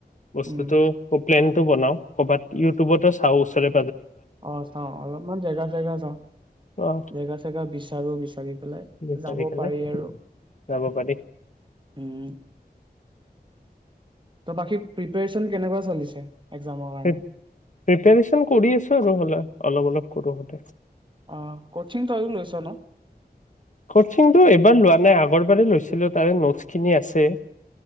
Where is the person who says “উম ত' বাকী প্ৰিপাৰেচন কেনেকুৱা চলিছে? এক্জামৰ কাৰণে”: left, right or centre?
Right